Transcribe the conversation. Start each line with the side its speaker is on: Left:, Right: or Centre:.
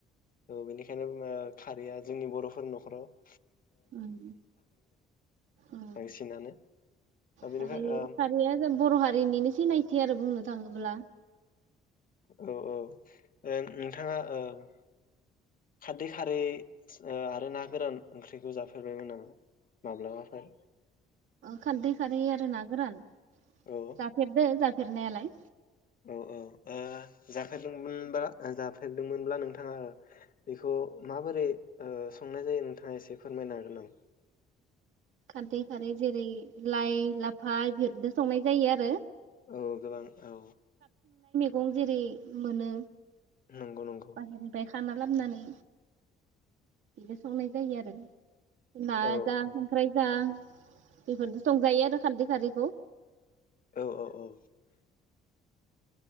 Left: औ बेनिखायनो बुङो खारैया जोंनि बर'फोरनि न'खर खराव
Right: ओम अ।
Left: बांसिनानो ओ बेनिफ्राय
Right: खारै
Left: ओ
Right: खारैया बर' हारिनिनो सिनायथि आरो बुंनो थाङोब्ला।
Left: औ औ ओं नोंथाङा ओ <inaudible> खारदै खारै आरो ना गोरान ओंख्रिखौ जाफेरबायमोन नामा? माब्लाबाफोर
Right: खारदै खारै आरो ना गोरान,
Left: औ
Right: जाफेरदो जा फेरनायालाय।
Left: औ औ ओं जाफेरदोंमोनबा जाफेरदोंमोनब्ला नोंथाङा ओ बेखौ माबोरै ओ संनाय जायो नोंथाङा एसे फोरमायनो हागोन नामा?
Right: खारदै खारै जेरै लाइ लाफा इफोरजों संनाय जायो आरो
Left: औ गोबां औ।
Right: गं जेरै मोनो
Left: नंगौ नंगौ
Right: बाहेरनिफ्राय खा खाना लाबानै बिदो संनाय जायो आरो। ना
Left: औ
Right: जा
Left: औ
Right: जा बेफोरदो संजायो आरो खारदै खारैखौ।
Left: औ औ औ